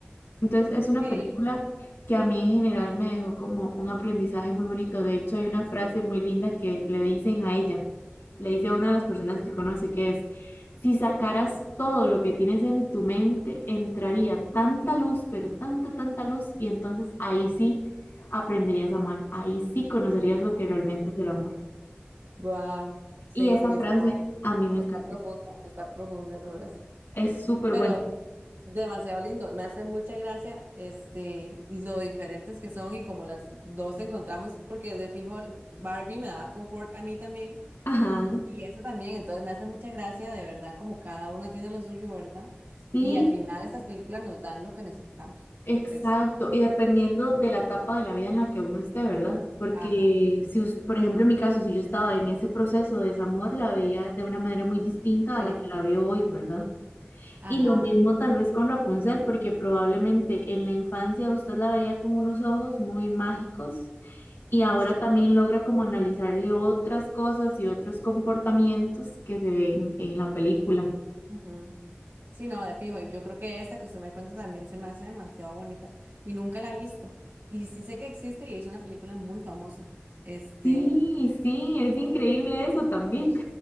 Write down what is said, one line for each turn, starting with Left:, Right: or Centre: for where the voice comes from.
Left: Entonces es una
Right: sí.
Left: película que a mí en general me dejó como un aprendizaje muy bonito. De hecho, hay una frase muy linda que le dicen a ella le dice a una de las personas que conoce que es, si sacaras todo lo que tienes en tu mente, entraría tanta luz, pero tanta, tanta luz, y entonces ahí sí aprenderías a amar, ahí sí conocerías lo que realmente es el amor.
Right: Wow. Sí,
Left: Y esa
Right: sí,
Left: frase
Right: está,
Left: a mí me
Right: está
Left: encanta,
Right: profunda, está profunda esa frase.
Left: es súper
Right: Pero
Left: buena.
Right: demasiado lindo. Me hace mucha gracia este, lo diferentes que son y como las dos encontramos, porque de fijo Barbie me da confort a mí también.
Left: Ajá,
Right: Y esa también, entonces me hace mucha gracia, de verdad, como cada una tiene lo suyo, ¿verdad?
Left: sí,
Right: Y al final estas películas nos dan lo que necesitamos.
Left: exacto,
Right: Este,
Left: y dependiendo de la etapa de la vida en la que uno esté, ¿verdad? Porque
Right: ajá.
Left: si, us- por ejemplo, en mi caso, si yo estaba en ese proceso de desamor, la veía de una manera muy distinta
Right: Sí.
Left: a la que la veo hoy, ¿verdad?
Right: Ajá,
Left: Y lo mismo tal vez con Rapunzel, porque probablemente en la infancia usted la veía con unos ojos muy mágicos y ahora
Right: sí.
Left: también logra como analizarle otras cosas y otros comportamientos que se ven en la película.
Right: ujú. Sí, no, de fijo. Y yo creo que esta que usted me cuenta también se me hace demasiado bonita. Y nunca la he visto. Y sí sé que existe y es una película muy famosa. Este,
Left: Sí, sí, es increíble eso también.